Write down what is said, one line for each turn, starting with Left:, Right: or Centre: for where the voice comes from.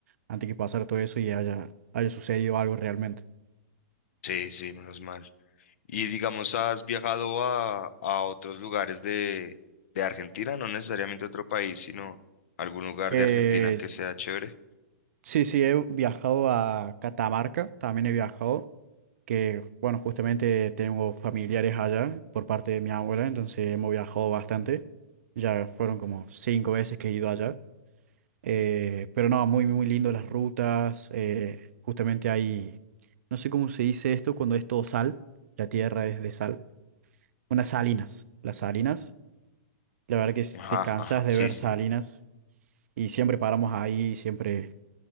Right: antes que pasara todo eso y haya, haya sucedido algo realmente.
Left: sí, sí, menos mal. Y digamos, ¿has viajado a, a otros lugares de, de Argentina? No necesariamente otro país, sino algún lugar
Right: Eh,
Left: de Argentina que sea chévere.
Right: sí, sí, he viajado a Catamarca, también he viajado, que bueno, justamente tengo familiares allá por parte de mi abuela, entonces hemos viajado bastante. Ya fueron como cinco veces que he ido allá. Eh, pero no, muy, muy lindo las rutas. eh, justamente hay, no sé cómo se dice esto cuando es todo sal, la tierra es de sal. Unas salinas, las salinas. La verdad que s-
Left: Ajá,
Right: te cansas
Left: ajá,
Right: de
Left: sí,
Right: ver
Left: sí.
Right: salinas y siempre paramos ahí, siempre